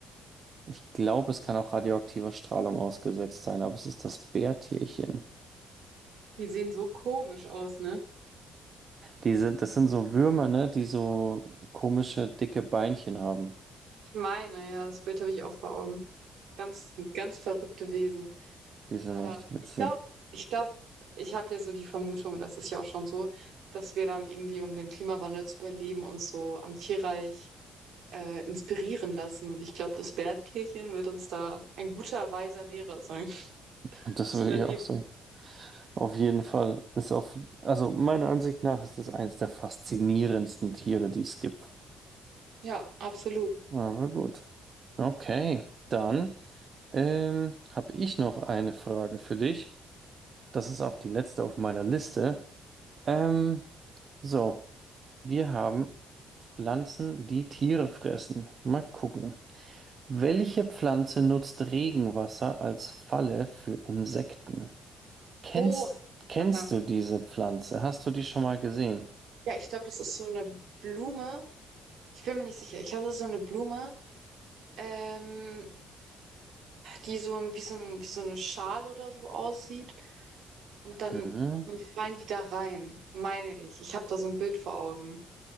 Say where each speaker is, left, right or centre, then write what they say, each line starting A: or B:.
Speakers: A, on the right; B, on the right.
A: Ich glaube, es kann auch radioaktiver Strahlung ausgesetzt sein, aber es ist das Bärtierchen.
B: Die sehen so komisch aus, ne?
A: Die sind, das sind so Würmer, ne, die so komische, dicke Beinchen haben.
B: Ich meine, ja, das Bild habe ich auch vor Augen. Ganz, ganz verrückte Wesen.
A: Die sind
B: Äh,
A: echt witzig.
B: ich glaube, ich glaube, ich habe ja so die Vermutung, das ist ja auch schon so, dass wir dann irgendwie, um den Klimawandel zu überleben, uns so am Tierreich äh, inspirieren lassen. Und ich glaube, das Bärtierchen wird uns da ein guter, weiser Lehrer sein. <laughs>
A: Und das
B: Das
A: will
B: Überleben.
A: ich auch so. Auf jeden Fall ist auf, also meiner Ansicht nach ist das eines der faszinierendsten Tiere, die es gibt.
B: Ja, absolut.
A: Aber gut. Okay, dann ähm, habe ich noch eine Frage für dich. Das ist auch die letzte auf meiner Liste. Ähm, so, wir haben Pflanzen, die Tiere fressen. Mal gucken. Welche Pflanze nutzt Regenwasser als Falle für Insekten? Kennst,
B: Oh,
A: kennst
B: Aha.
A: du diese Pflanze? Hast du die schon mal gesehen?
B: ja, ich glaube, das ist so eine Blume. Ich bin mir nicht sicher. Ich glaube, das ist so eine Blume, ähm, die so ein, wie so ein, wie so eine Schale oder so aussieht. Und dann,
A: Hm.
B: dann fallen die da rein, meine ich. Ich habe da so ein Bild vor Augen.